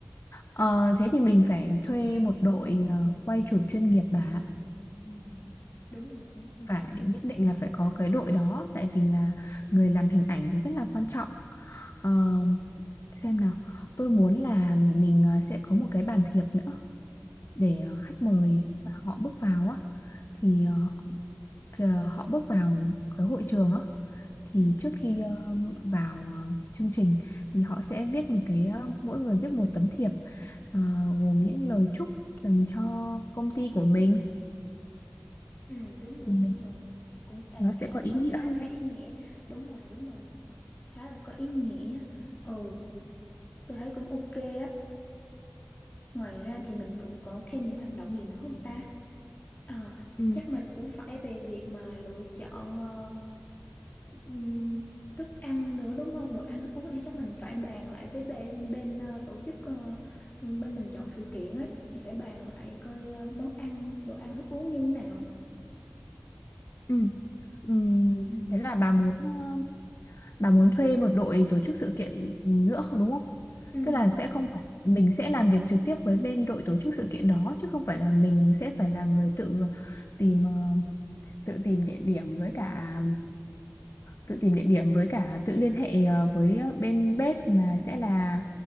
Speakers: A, on the left; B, on the left.
A: Ờ, thế thì mình phải thuê một đội ờ, quay chụp chuyên nghiệp bà ạ.
B: Ừ, đúng rồi đúng rồi.
A: phải nhất định là phải có cái đội đó tại vì là người làm hình ảnh thì rất là quan trọng Ờ, xem nào tôi muốn là mình ờ, sẽ có một cái bàn thiệp nữa để ờ, khách mời mà họ bước vào á thì ờ, kìa, họ bước vào cái hội trường á thì
B: Ừ.
A: trước khi ờ, vào ờ, chương trình thì họ sẽ viết một cái ờ, mỗi người viết một tấm thiệp ờ, gồm những lời chúc dành cho công ty của mình
B: Ừ, đúng rồi,
A: thì
B: đúng rồi. Cũng ê,
A: nó sẽ
B: cái
A: có
B: đó
A: ý
B: cũng
A: nghĩa
B: khá
A: hơn
B: khá ý nghĩa. Đúng rồi, đúng rồi. Khá là có ý nghĩa. Ừ, tôi thấy cũng ok đó. Ngoài ra thì mình còn có thêm những hoạt động gì nữa không ta? Ờ,
A: ừ.
B: chắc mình cũng phải về việc mà lựa chọn ờ, ừm, thức ăn nữa đúng không? Đồ ăn thức uống thì chắc mình phải bàn lại với bên bên ờ, tổ chức ờ, bên mình chọn sự kiện ấy thì phải bàn lại coi ờ, món ăn, đồ ăn thức uống như thế nào.
A: Ừ. Ừ.
B: Ừ.
A: Thế là bà muốn ờ, bà muốn thuê một đội tổ chức sự kiện nữa không đúng không?
B: Ừ.
A: Tức là sẽ không phải mình sẽ làm việc trực tiếp với bên đội tổ chức sự kiện đó chứ không phải là mình sẽ phải là người tự tìm ờ, tự tìm địa điểm với cả tự tìm địa điểm với cả tự liên hệ ờ, với bên bếp mà sẽ là